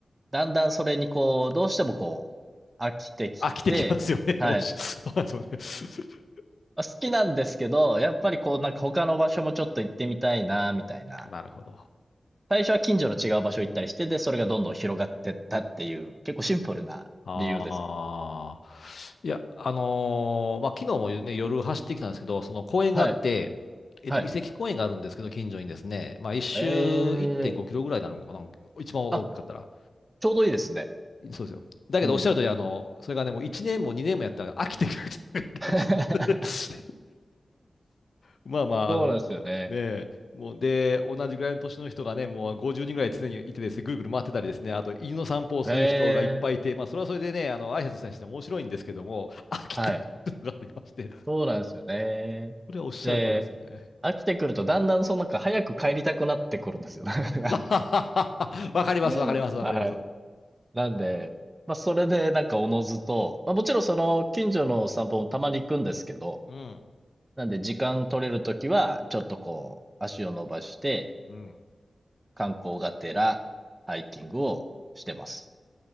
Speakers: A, on the right (about 25°); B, on the left (about 75°).
A: だんだんそれにこう、どうしてもこう、飽きてきて、
B: 飽きてきますよね。
A: はい。
B: <laughs> おっしそうなんですよね。
A: まあ好きなんですけど、やっぱりこう、なんか他の場所もちょっと行ってみたいな、みたいな。
B: <laughs> なるほど。
A: 最初は近所の違う場所行ったりして、で、それがどんどん広がってったっていう、結構シンプルな理由です。
B: ああ。いや、あのーまあ、昨日もね、夜走ってきたんですけど、その公園があって、
A: はい。
B: えっと、
A: はい。
B: 遺跡公園があるんですけど、近所にですね、まあ、一周1.5キロぐらいになるのかな、
A: ええ。
B: 一番大きかったら。
A: あ、ちょうどいいですね。
B: そうですよ。だけどおっしゃる通り、
A: うん。
B: あの、それがね、もう1年も2年もやったら飽きてくるって言ってました
A: <laughs>
B: <laughs> まあまあ、
A: そうなんですよね。
B: あの、ねえ、もうで、同じぐらいの年の人がね、もう50人ぐらい常にいてですね、ぐるぐる回ってたりですね、あと犬の散歩をする人がいっぱいいて、
A: え。
B: まあ、それはそれでね、あの挨拶したりして面白いんですけども、飽きてくるのがありまして、
A: はい。そうなんですよね。
B: それはおっしゃる通りなんですよね。
A: で、飽きてくるとだんだんそのなんか早く帰りたくなってくるんですよ。<laughs> なんか
B: <laughs> わかります、
A: <laughs>。
B: わかります、わかります。
A: はい。なんで、ま、それでなんかおのずと、ま、もちろんその近所の散歩もたまに行くんですけど、
B: うん、
A: なんで時間取れる時は、ちょっとこう、足を伸ばして、
B: うん。
A: 観光がてらハイキングをしてます。